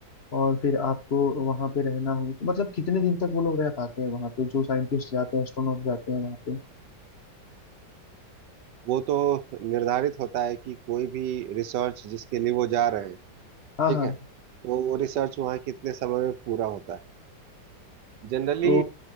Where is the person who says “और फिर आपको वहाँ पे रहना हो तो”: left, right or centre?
Left